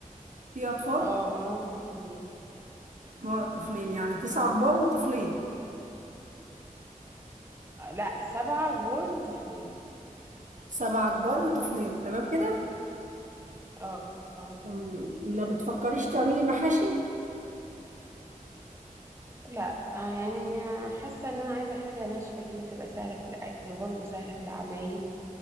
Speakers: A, on the right; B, on the right.
A: في اطفال
B: اه معاهم طفلين
A: ما هو طفلين يعني تسعة كبار وطفلين
B: آه، لا سبعة كبار وطفلين
A: سبعة كبار وطفلين تمام كده
B: اه آه.
A: أم، ما بتفكريش تعملي محاشي
B: لا آه، يعني حاسة ان انا عايزة حاجة ناشفة كده تبقى سهلة في الاكل وبرضه سهلة في العمايل